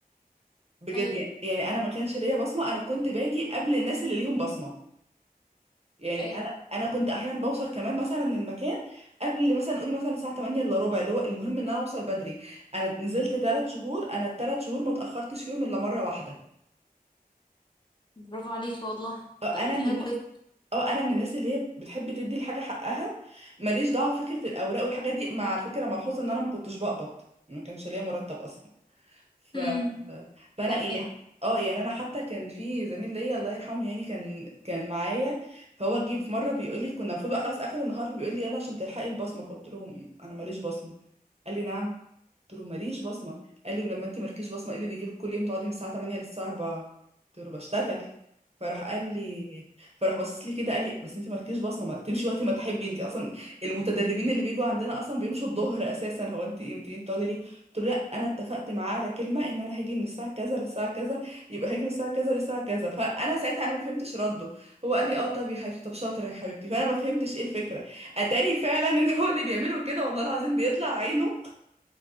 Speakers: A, on the right; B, on the left.
A: بجد
B: أيوه
A: يعني يعني انا ما كانش ليا بصمه انا كنت باجي قبل الناس اللي ليهم بصمه يعني
B: أيوه
A: انا انا كنت احيانا بوصل كمان مثلا المكان قبل مثلا قولي مثلا الساعه 8 الا ربع اللي هو المهم ان انا اوصل بدري انا نزلت ثلاث شهور انا الثلاث شهور ما اتاخرتش فيهم الا مره واحده
B: برافو عليكي والله
A: آه، انا
B: طب دي
A: من
B: حاجة
A: الناس
B: كويسة
A: اه انا من الناس اللي هي بتحب تدي الحاجه حقها ماليش دعوه بفكره الاوراق والحاجات دي مع الفكره ملحوظه ان انا ما كنتش بقبض ما كانش ليا مرتب اصلا ف
B: مم.
A: فانا
B: تمام
A: يعني اه يعني انا حتى كان في زميل ليا الله يرحمه يعني كان كان معايا فهو جه في مره بيقول لي كنا المفروض بقى خلاص اخر النهار فبيقول لي يلا عشان تلحقي البصمه فقلت له انا ماليش بصمه قال لي نعم قلت له ماليش بصمه قال لي ولما انت مالكيش بصمه ايه اللي بيجيبك كل يوم تقعدي من الساعه 8 للساعه 4 قلت له بشتغل فراح قال لي فراح بص لي كده قال لي بس انت مالكيش بصمه ما تمشي وقت ما تحبي انت اصلا المتدربين اللي بيجوا عندنا اصلا بيمشوا الظهر اساسا هو انت انت بتقعدي قلت له لا انا اتفقت معاه على كلمه ان انا هاجي من الساعه كذا للساعه كذا يبقى هاجي من الساعه كذا للساعه كذا فانا ساعتها انا ما فهمتش رده هو قال لي اه طب يا حبيبتي طب شاطره يا حبيبتي فانا ما فهمتش ايه الفكره اتاري فعلا ان هو اللي بيعمله كده والله العظيم بيطلع عينه